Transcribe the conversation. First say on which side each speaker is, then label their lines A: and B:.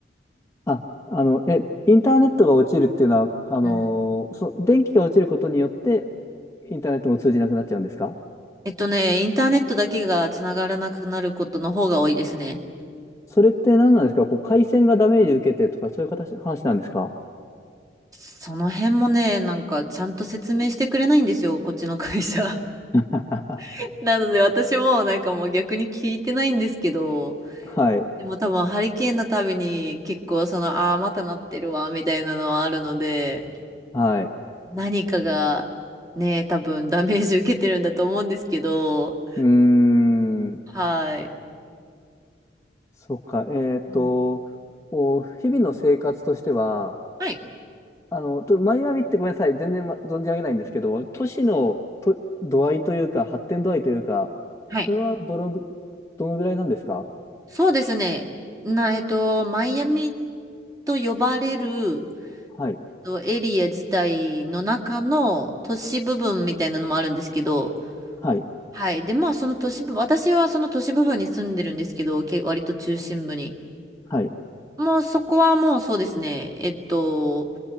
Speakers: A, on the left (about 15°); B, on the right (about 20°).
A: あ、あの、え、インターネットが落ちるっていうのは、あのーそ、
B: うん
A: 電気が落ちることによって、インターネットも通じなくなっちゃうんですか
B: えっとね、インターネットだけがつながらなくなることの方が多いですね。
A: それって何なんですかこう、回線がダメージ受けてとか、そういう形、話なんですか
B: その辺もね、なんかちゃんと説明してくれないんですよ、こっちの会社。
A: <laughs>
B: <laughs> なので私もなんかもう逆に聞いてないんですけど、
A: はい。
B: でも多分ハリケーンのたびに結構その、ああー、またなってるわ、みたいなのはあるので、
A: はい。
B: 何かがね、多分ダメージ受けてるんだと思うんですけど、
A: うーん。
B: はい。
A: そうか。えっと、
B: うん
A: お、日々の生活としては、
B: はい。
A: あの、とマイアミってごめんなさい、全然、ま、存じ上げないんですけど、都市のと度合いというか、発展度合いというか、
B: はい。
A: それはどのぐ、どのぐらいなんですか
B: そうですね。な、えっと、マイアミと呼ばれる、
A: はい、
B: えっと、エリア自体の中の都市部分みたいなのもあるんですけど、
A: はい、
B: はい。で、まあ、その都市部、私はその都市部分に住んでるんですけど、け、割と中心部に。
A: はい、
B: もうそこはもうそうですね。えっと、